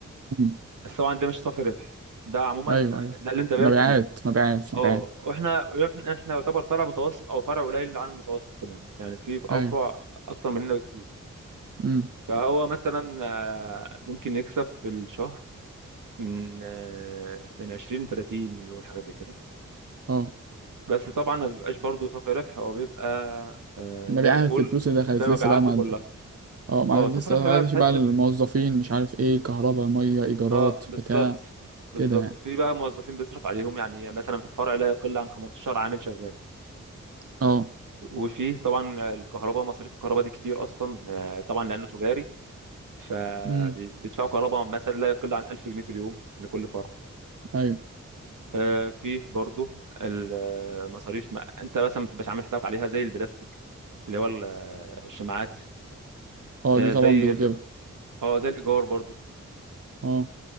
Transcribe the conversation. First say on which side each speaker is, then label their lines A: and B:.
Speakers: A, on the right (about 50°); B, on the right (about 85°).
A: مم.
B: بس طبعا ده مش صافي ربح ده عموما
A: ايوه ايوه
B: ده اللي انت بعت
A: مبيعات
B: بيه
A: مبيعات
B: اه
A: مبيعات
B: واحنا احنا احنا يعتبر فرع متوسط او فرع قليل عن المتوسط كمان يعني في في افرع
A: ايوه
B: اكتر مننا بكتير
A: امم
B: فهو مثلا آه، ممكن يكسب في الشهر من آه، من 20 ل 30 مليون حاجه زي كده
A: اه
B: بس طبعا ما بيبقاش برضه صافي ربح هو بيبقى آه
A: ما
B: زي
A: بيعادت
B: ما تقول
A: الفلوس اللي دخلت
B: ده
A: لسه
B: مبيعاته
A: بقى ما عد-
B: كلها
A: اه ما
B: اه
A: عدت
B: صافي
A: لسه
B: ربح
A: ما
B: بقى
A: عدتش
B: بتحس
A: بقى الموظفين
B: ب...
A: مش عارف ايه كهرباء ميه ايجارات
B: اه بالظبط
A: بتاع
B: بالظبط
A: كده يعني
B: في بقى موظفين بيصرف عليهم يعني مثلا في الفرع لا يقل عن 15 عامل شغال
A: اه
B: وفيه طبعا الكهرباء مصاريف الكهرباء دي كتير اصلا آه، طبعا لانه تجاري فبيدفعوا
A: امم
B: كهرباء مثلا لا يقل عن 1000 جنيه في اليوم لكل فرع
A: ايوه
B: آه، فيه برضو المصاريف ما انت مثلا ما تبقاش عامل حسابك عليها زي البلاستيك اللي هو ال- الشماعات
A: اه
B: آه،
A: دي طبعا
B: زي
A: بيجيبها
B: الإي- اه زي الايجار برضو
A: اه